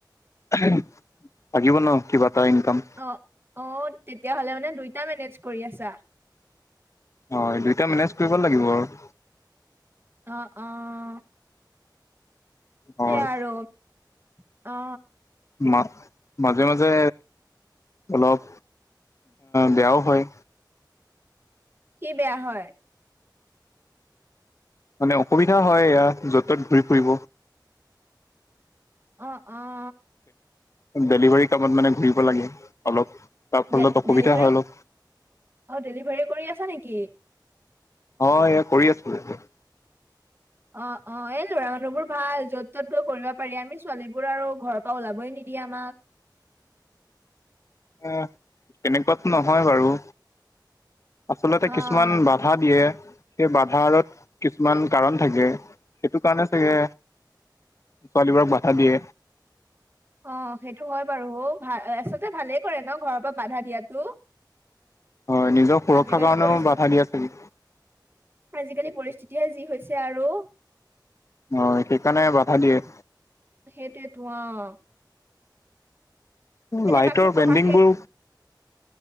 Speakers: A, on the left; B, on the right.
A: লাগিব ন? কিবা এটা ইনকাম।
B: অ, অ তেতিয়াহলে মানে দুইটা মেনেজ কৰি আছা?
A: হয় দুইটা মেনেজ কৰিব লাগিব আৰু।
B: অঁ, অঁ।
A: হয়
B: সে আৰু অ, অ।
A: মা মাজে-মাজে অলপ বেয়াও হয়।
B: কি বেয়া হয়?
A: মানে অসুবিধা হয় এয়া, য'ত ত'ত ঘূৰি ফুৰিব।
B: অ, অ।
A: ডেলিভাৰী কামত মানে ঘূৰিব লাগে অলপ। তাৰ ফলত
B: ডে'ডেলিভাৰীও,
A: অসুবিধা হয় অলপ
B: অঁ ডেলিভাৰীও কৰি আছা নেকি?
A: অ এয়া কৰি আছো এতিয়া।
B: অ, অ। এই ল'ৰা মানুহ বোৰ ভাল, য'ত ত'ত গৈ কৰিব পাৰি। আমি ছোৱালীবোৰ আৰু ঘৰৰ পৰা ওলাবই নিদিয়ে আমাক।
A: এ তেনেকুৱাতো নহয় বাৰু। আচলতে
B: অ',
A: কিছুমান বাট বাধা দিয়ে, সেই বাধা আৰত কিছুমান কাৰণ থাকে, সেইটো কাৰণে চাগে, ছোৱালীবোৰক বাধা দিয়ে।
B: অ সেইটো হয় বাৰু। ভা আচলতে ভালেই কৰে ন ঘৰৰ পৰা বাধা দিয়াতো?
A: হয়, নিজৰ সুৰক্ষাৰ
B: আজিকালি
A: কাৰণেও
B: পৰিস্থিতি
A: বাধা দি আছে নেকি।
B: আজিকালি পৰিস্থিতিয়ে যি হৈছে আৰু।
A: অ সেইকাৰণে বাধা দিয়ে।
B: সেইতোৱেটো অঁ।
A: মোৰ লাইটৰ
B: বাকী
A: বেণ্ডিং
B: পঢ়া শেষ
A: বোৰ,